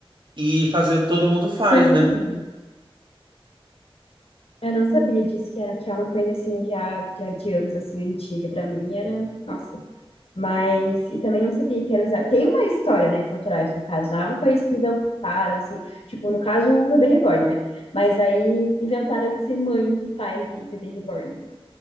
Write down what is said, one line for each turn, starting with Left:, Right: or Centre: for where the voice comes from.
Right: e fazer o que todo mundo faz,
Left: Sim,
Right: né?
Left: eu não sabia disso, que era que é uma coisa assim já, já de anos assim antiga. Pra mim era, nossa. Mas e também não sabia que era usar. Tem uma história, né, por trás, no caso, não é uma coisa que inventaram assim, tipo, no caso o bebê reborn, né? Mas aí inventaram de ser mãe e pai de bebê reborn.